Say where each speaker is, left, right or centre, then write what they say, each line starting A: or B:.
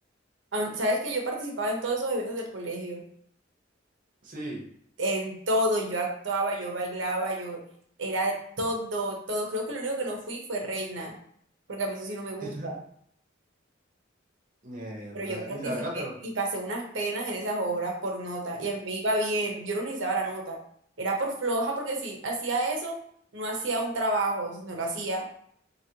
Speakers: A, on the right; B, on the right.
A: Aun- Sabes que yo participaba en todos esos eventos del colegio.
B: Sí.
A: en todo, yo actuaba, yo bailaba, yo era todo, todo. Creo que lo único que no fui fue reina, porque a mí eso sí no me gusta.
B: <laughs> Mierda.
A: Pero yo participé
B: Isabela, pero
A: y pasé unas penas en esas obras por nota, y a mí me iba bien, yo no necesitaba la nota. Era por floja, porque si hacía eso, no hacía un trabajo, eso no lo hacía.